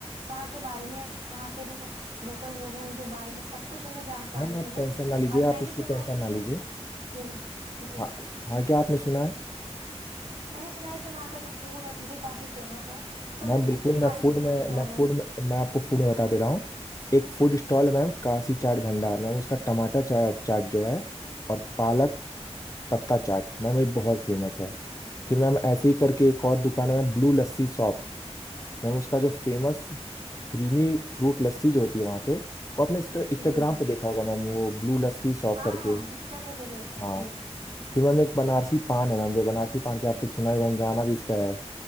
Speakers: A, on the right (about 65°); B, on the left (about 30°).
A: वहाँ के बारे में वहाँ के जो लोकल लोग हैं उनके बारे में सब कुछ हमें जानकारी
B: मैम आप
A: मिले
B: टेंशन ना लीजिए
A: और मैंने
B: आप उसकी
A: सुना
B: टेंशन
A: है
B: ना
A: कि
B: लीजिए
A: जी जी
B: हाँ हाँ क्या आपने सुना है
A: मैंने सुना है कि वहाँ का जो फूड है वो भी काफी फेमस है तो
B: मैम बिल्कुल
A: उसके
B: मैं
A: बारे में
B: फूड
A: भी हमें
B: में
A: थोड़ा
B: मैं
A: बहुत
B: फूड में मैं आपको फूड में बता दे रहा हूँ एक फूड स्टॉल है मैम काशी चाट भंडार मैम उसका टमाटर चा, चाट जो है और पालक पत्ता चाट मैम ये बहुत फेमस है फिर मैम ऐसे ही करके एक और दुकान है ma'am ब्लू लस्सी शॉप Ma'am उसका जो फेमस क्रीमी फ्रूट लस्सी जो होती है वहाँ पे वो आपने इंस्टाग्राम
A: जी जी
B: पे देखा होगा मैम वो ब्लू लस्सी शॉप
A: हाँ
B: करके
A: हाँ इंस्टा पे तो देखा है
B: हाँ
A: जी
B: फिर मैम एक बनारसी पान है मैम जो बनारसी पान के आप तो सुना ही होगा मैम गाना भी इस पे है